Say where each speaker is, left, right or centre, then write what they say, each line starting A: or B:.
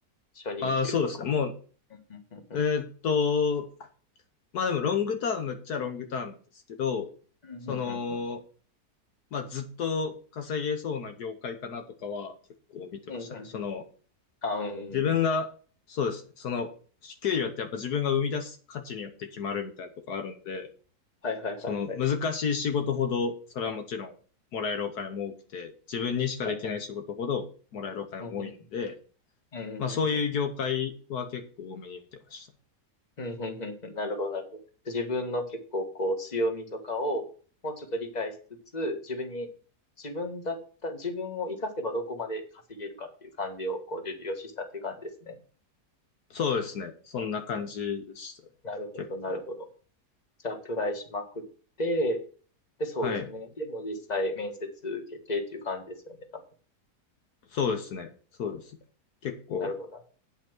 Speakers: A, on the left; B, on the left.
A: 初任給とか。
B: ああ、そうですね。も
A: うんうんうん
B: う、えーっと、まあでもロングタームっちゃロングタームですけど、
A: うんうんうんうん
B: その、まあ、ずっと稼げそうな業界かなとかは結構見てましたね。
A: うんうん
B: その、
A: あー、
B: 自分が、そうですね、その、給料ってやっぱ自分が生み出す価値によって決まるみたいなとこあるんで、
A: はいはいはいはい。
B: その難しい仕事ほど、それはもちろんもらえるお金も多くて、自分にしかできない仕事ほどもらえるお金も多いんで、
A: はいはい。うん、うん、うん、
B: まあそういう業界は結構多めに見てました。
A: うん、うん、うん、うんなるほど、なるほど。自分の結構こう強みとかをもうちょっと理解しつつ、自分に、自分だった、自分を活かせばどこまで稼げるかっていう感じをこう重要視したっていう感じですね。
B: そうですね。そんな感じでしたね。
A: うん、なるほど、
B: 結構。
A: なるほど。じゃあアプライしまくって、で、そうですね。
B: はい。
A: でも実際面接受けてっていう感じですよね、多分。
B: そうですね。そうですね。結構
A: なるほど。